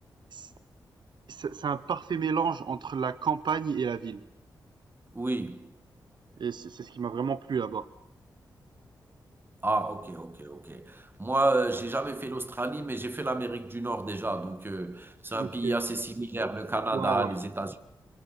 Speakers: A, on the right; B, on the right.
A: c'est c'est- c'est un parfait mélange entre la campagne et la ville.
B: Oui.
A: Et c'est c'est ce qui m'a vraiment plu là-bas.
B: Ah, ok, ok, ok. Moi, euh, j'ai jamais fait l'Australie, mais j'ai fait l'Amérique du Nord déjà. Donc, euh, c'est
A: Ok,
B: un pays assez similaire, le Canada,
A: ouais, ouais.
B: les États-Unis.